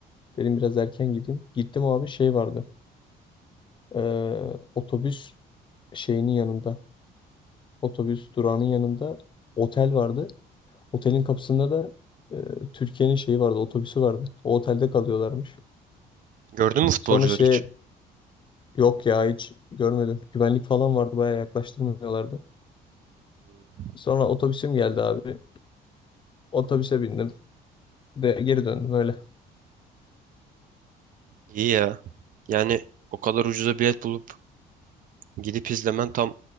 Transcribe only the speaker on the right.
Gördün mü futbolcuları
hiç?
Hmm,
İyi ya. Yani o kadar ucuza bilet bulup gidip izlemen tam